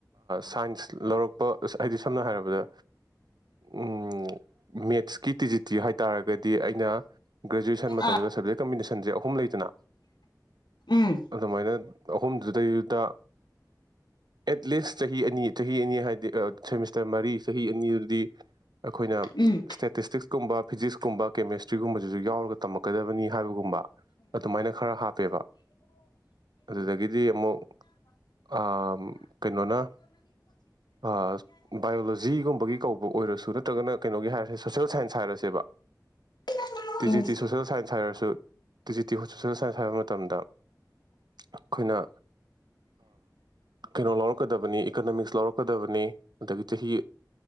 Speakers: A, on the right; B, on the left.
A: ꯁꯥꯏꯟꯁ ꯂꯧꯔꯛꯄ ꯍꯥꯏꯗꯤ ꯁꯝꯅ ꯍꯥꯏꯔꯕꯗ ꯎꯝ ꯃꯦꯠꯁꯀꯤ ꯇꯤꯖꯤꯇꯤ ꯍꯥꯏꯇꯥꯥꯔꯒꯗꯤ ꯑꯩꯅ ꯒ꯭ꯔꯦꯖꯨꯑꯦꯁꯟ ꯃꯇꯝꯗ
B: ꯑꯥ
A: ꯁꯞꯖꯦꯛ ꯀꯝꯕꯤꯁꯟꯁꯦ ꯑꯍꯨꯝ ꯂꯩꯗꯅ
B: ꯎꯝ
A: ꯑꯗꯨꯃꯥꯏꯅ ꯑꯍꯨꯝ ꯗꯨꯗꯩꯗꯨꯗ ꯑꯦꯠ ꯂꯤꯁ ꯆꯍꯤ ꯑꯅꯤ ꯆꯍꯤ ꯑꯅꯤ ꯍꯥꯏꯗꯤ ꯑ ꯁꯦꯃꯤꯁꯇꯔ ꯃꯔꯤ ꯆꯍꯤ ꯑꯅꯤꯗꯨꯗꯤ ꯑꯩꯈꯣꯏꯅ
B: ꯎꯝ
A: ꯏꯁꯇꯦꯇꯤꯁꯇꯤꯛꯁ ꯀꯨꯝꯕ ꯐꯤꯖꯤꯛꯁꯀꯨꯝꯕ ꯀꯦꯃꯦꯁꯇ꯭ꯔꯤꯒꯨꯝꯕꯁꯤꯁꯨ ꯌꯥꯎꯔꯒ ꯇꯝꯃꯛꯀꯗꯕꯅꯤ ꯍꯥꯏꯕꯒꯨꯝꯕ ꯑꯗꯨꯃꯥꯏꯅ ꯈꯔ ꯍꯥꯞꯄꯦꯕ ꯑꯗꯨꯗꯒꯤꯗꯤ ꯑꯃꯨꯛ ꯑ ꯀꯩꯅꯣꯅ ꯑ ꯕꯥꯏꯑꯣꯂꯣꯖꯤꯒꯨꯝꯕꯒꯤ ꯕ ꯑꯣꯏꯔꯁꯨ ꯅꯠꯇ꯭ꯔꯒꯅ ꯀꯩꯅꯣꯒꯤ ꯍꯥꯏꯔꯁꯦ ꯁꯣꯁꯦꯜ ꯁꯥꯏꯟꯁ ꯍꯥꯏꯔꯁꯦꯕ
B: ꯎꯝ
A: ꯇꯤ ꯖꯤ
B: ꯎꯝ ꯎꯝ
A: ꯇꯤ ꯁꯣꯁꯦꯜ ꯁꯥꯏꯟꯁ ꯍꯥꯏꯔꯁꯨ T G T social science ꯍꯥꯏꯕ ꯃꯇꯝꯗ ꯑꯩꯈꯣꯏꯅ ꯀꯩꯅꯣ ꯑꯝ ꯂꯧꯔꯛꯀꯗꯕꯅꯤ ꯏꯀꯅꯣꯃꯤꯛꯁ ꯂꯧꯔꯛꯀꯗꯕꯅꯤ ꯑꯗꯒꯤ ꯆꯍꯤ